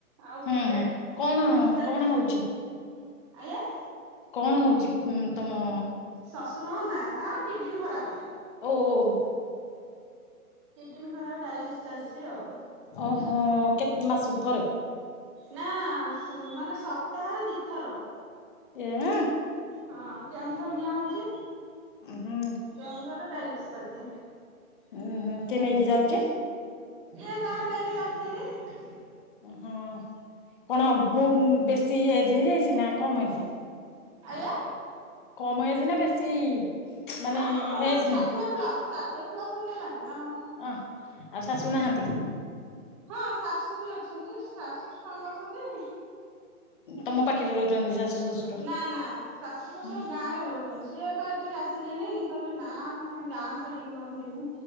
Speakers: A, on the right; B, on the left.
A: ଆଉ
B: ହୁଁ
A: ଘରେ
B: ହୁଁ
A: ମୁଁ
B: କଣ
A: ତାପରେ
B: କଣ ହଉଛି?
A: ଆଜ୍ଞା।
B: କଣ ହଉଛି ଉ ତମ
A: ଶ୍ୱଶୁର ନା ତାର କିଡନୀ ଖରାପ।
B: ଓ ଓ।
A: କିଡନୀ ଖରାପ ଡାଇଲିସ୍ ଚାଲିଛି ଆଉ।
B: ଓହୋ କେତେ ମାସକୁ ଥରେ?
A: ନା ମାନେ ସପ୍ତାହରେ ଦିଥର।
B: ଏଁ।
A: ହଁ କେଉଁଝର ନିଆ ହଉଛି,
B: ହୁଁ।
A: କେଉଁଝରରେ ଡାଇଲିସ୍ ଚାଲିଛି।
B: ଉୁଁ ହୁଁ କିଏ ନେଇକି ଯାଉଛି?
A: ଏ ତାର ନେଇକି ଯାଉଛନ୍ତି।
B: ହଁ କଣ ବୋ ବେଶୀ ଏଜ୍ ହେଇଯାଇଛି ନା କମ ଏଜ୍?
A: ଆଞା?
B: କମ <unintelligible> ମାନେ
A: ନା
B: ଏଜ
A: ଷାଠିଏ
B: ନାଇଁ।
A: ପ୍ଲସ ଷାଠିଏ ପ୍ଲସ ହେଇଗଲାଣି ତାର
B: ଅଁ ଆଉ ଶାଶୁ ନାହାନ୍ତି?
A: ହଁ ଶାଶୁ ବି ଅଛନ୍ତି ଶାଶୁ ଷ୍ଟ୍ରଙ୍ଗ ଅଛନ୍ତି।
B: ତମ ପାଖରେ ରହୁଛନ୍ତି ଶାଶୁ? ଶ୍ୱଶୁର
A: ନା ନା ଶାଶୁ ଶ୍ୱଶୁର
B: ହୁଁ
A: ଗାଁରେ ରହୁଛନ୍ତି, ସିଏ ବା ଏଠିକି ଆ- ସିଲେନେଇଁ କହିଲେ ନା ଆମେ ଗାଁ ଛାଡିକି କଣ ଯିବୁ।